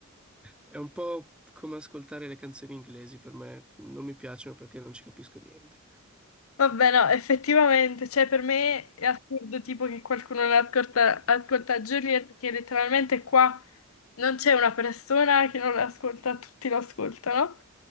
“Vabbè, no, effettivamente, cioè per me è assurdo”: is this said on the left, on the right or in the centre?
Left